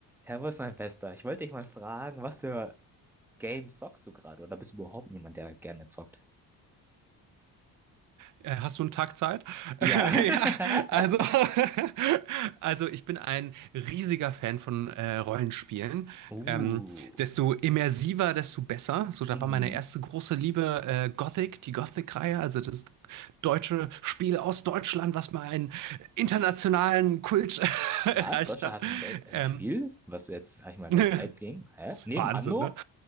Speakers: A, in the centre; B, on the right.
A: Servus, mein Bester. Ich wollte dich mal fragen, was für Games zockst du gerade? Oder bist du überhaupt jemand, der gerne zockt?
B: Äh, Hast du einen Tag Zeit?
A: Ja.
B: <laughs>
A: <laughs>
B: Ja, also, <laughs> also ich bin ein riesiger Fan von äh, Rollenspielen.
A: Uh.
B: Ähm, desto immersiver, desto besser. So, da
A: Mhm.
B: war meine erste große Liebe äh, Gothic, die Gothic-Reihe, also das deutsche Spiel aus Deutschland, was mal einen internationalen Kult <laughs> erreicht
A: Was? Deutschland
B: hat.
A: hat ein, Deu ein
B: Ähm,
A: Spiel, was jetzt, sag
B: <laughs>
A: ich mal,
B: das
A: weltweit ging? Hä?
B: ist
A: Neben
B: Wahnsinn,
A: Anno?
B: ne?